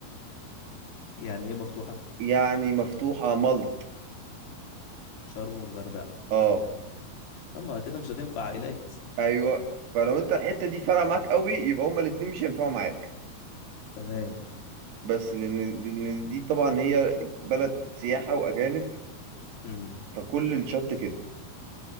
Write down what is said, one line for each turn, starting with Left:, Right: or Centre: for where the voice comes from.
Left: يعني ايه مفتوحة
Right: يعني مفتوحة ملط
Left: شرم والغردقة
Right: أه
Left: طب ما كده مش هتنفع عائلات
Right: أيوه فلو أنت الحتة دي فارقة معاك قوي يبقى هما الاتنين مش هينفعوا معاك
Left: تمام
Right: بس لأن لأن دي طبعا هي بلد سياحة وأجانب
Left: امم
Right: فكل الشط كده